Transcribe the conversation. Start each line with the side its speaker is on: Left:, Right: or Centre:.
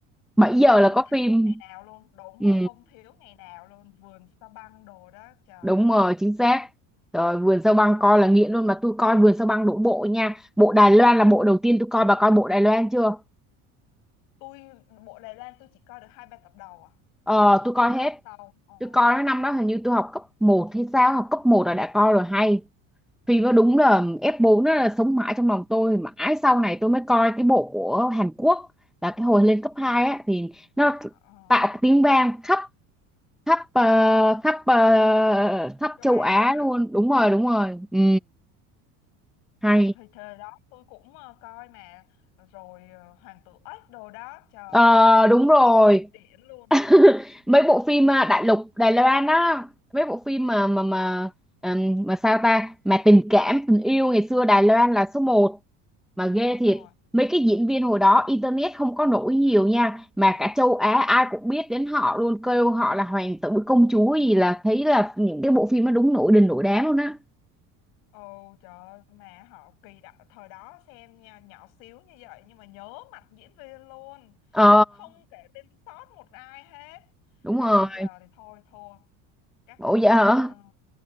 Centre: 7
Left: không
Centre: giờ là có
Left: thiếu
Centre: phim
Left: ngày nào luôn đúng
Centre: ừ,
Left: rồi không thiếu ngày nào luôn vườn sa băng đồ đó trời
Centre: đúng
Left: ơi
Centre: rồi chính xác rồi vườn sao băng coi là nghiện luôn mà tôi coi vườn sao băng đổ bộ nha bộ Đài Loan là bộ đầu tiên tôi coi bà coi bộ Đài Loan chưa
Left: tôi bộ Đài Loan tôi chỉ coi được hai ba tập đầu à
Centre: ờ
Left: chứ tôi không
Centre: tôi coi
Left: có
Centre: hết
Left: coi sau ờ,
Centre: tôi coi cái năm đó hình như tôi học cấp một hay sao học cấp một là đã coi rồi hay Phim nó đúng là ép 4 nó là sống mãi trong lòng tôi mãi sau này tôi mới coi cái bộ của Hàn Quốc là cái hồi lên cấp 2 á thì nó
Left: ờ,
Centre: tạo cái tiếng vang khắp khắp ờ, khắp ờ, khắp
Left: châu
Centre: châu
Left: Á
Centre: Á
Left: luôn á
Centre: luôn đúng rồi đúng rồi ừ hay
Left: Ờ, thì thời đó tôi cũng ờ, coi mà rồi ờ, Hoàng tử ếch đồ đó trời
Centre: Ờ
Left: ơi những
Centre: đúng
Left: bộ
Centre: rồi
Left: phim kinh điển luôn
Centre: <laughs> mấy bộ phim à, đại lục Đài Loan á mấy bộ phim mà mà mà ừm, mà sao ta mà tình cảm tình yêu ngày xưa Đài Loan là số một mà ghê
Left: đúng
Centre: thiệt
Left: rồi
Centre: mấy cái diễn viên hồi đó internet không có nổi nhiều nha mà cả châu Á ai cũng biết đến họ luôn kêu họ là hoàng tử công chúa gì là thấy là những cái bộ phim nó đúng nổi đình nổi đám luôn á
Left: ồ trời ơi, mà họ kỳ đó, thời đó xem nha nhỏ xíu như vậy nhưng mà nhớ mặt diễn viên luôn
Centre: ờ
Left: không kể tên sót một ai hết
Centre: đúng
Left: còn
Centre: rồi
Left: bây giờ thì thôi thua các
Centre: ủa
Left: bộ phim
Centre: vậy hả
Left: ờ,